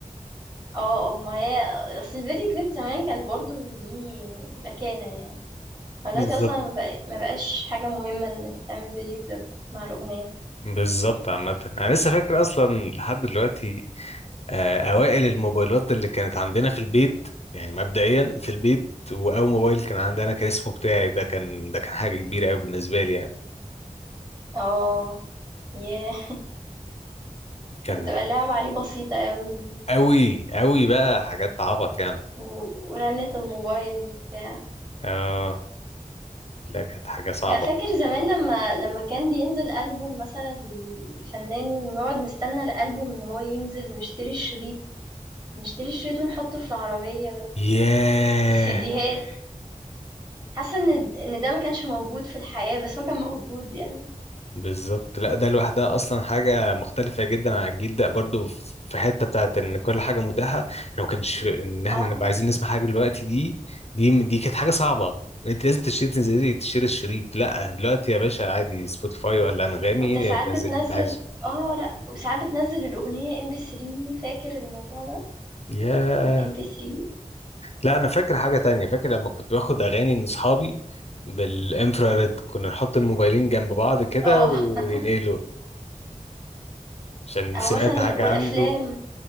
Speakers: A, on the right; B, on the left.
A: اه اه ما هي اصل الفيديو كليب زمان كان برضو ليه مكانة يعني فدلوقتي
B: بالظبط
A: اصلا ما بق- ما بقاش حاجة مهمة ان انت تعمل فيديو كليب مع الأغنية
B: بالظبط عامة أنا لسه فاكر أصلا لحد دلوقتي آه، أوائل الموبايلات اللي كانت عندنا في البيت يعني مبدئيا في البيت وأول موبايل كان عندنا كان اسمه بتاعي ده كان ده كان حاجة كبيرة قوي بالنسبة لي يعني
A: اه ياه
B: كان
A: كانت بتبقى اللعبة عليه بسيطة قوي
B: قوي قوي بقى حاجات عبط يعني
A: و- ورنة الموبايل وبتاع
B: اه لا كانت حاجة صعبة
A: لا فاكر زمان لما لما كان بينزل ألبوم مثلا الفنان ونقعد نستنى الألبوم ان هو ينزل ونشتري الشريط نشتري الشريط ونحطه في العربية <laughs>
B: ياه
A: السيديهات حاسة إن د إن ده ما كانش موجود في الحياة بس هو كان موجود يعني
B: بالظبط لا ده لوحدها اصلا حاجه مختلفه جدا عن الجيل ده برضو في في حته بتاعت ان كل حاجه متاحه احنا ما كانش ان احنا
A: آه،
B: نبقى عايزين نسمع حاجه دلوقتي دي دي دي كانت حاجه صعبه انت لازم تشتري تنزلي تشتري الشريط لا دلوقتي يا باشا عادي سبوتيفاي ولا انغامي
A: وأنت موجود ساعات دلوقتي
B: نزل
A: بتنزّل
B: اللي انت عايزه
A: آه، لأ، وساعات بتنزّل الأغنية MP3 فاكر الموضوع ده؟
B: ياه
A: MP3
B: لا انا فاكر حاجه تانية فاكر لما كنت باخد اغاني من اصحابي بالانفراريد كنا نحط الموبايلين جنب بعض كده
A: آه،
B: وينقلوا
A: <laughs>
B: عشان
A: أو
B: سمعت
A: مثلًا
B: حاجه
A: والأفلام،
B: عنده